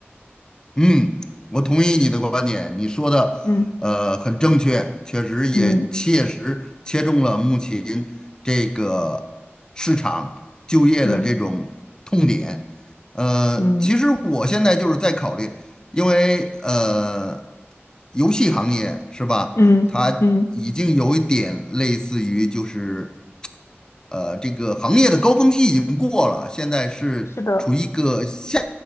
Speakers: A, on the left (about 15°); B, on the left (about 80°).
A: 嗯，我同意你的观点，你说的呃很正确，
B: 嗯
A: 确实也切实切中了目前这个市场就业的这种痛点。
B: 嗯嗯
A: 呃，
B: 嗯。
A: 其实我现在就是在考虑，因为呃，游戏行业是吧，
B: 嗯嗯，
A: 它已经有一点类似于就是呃这个行业的高峰期已经过了，现在是处于一个下
B: 是的，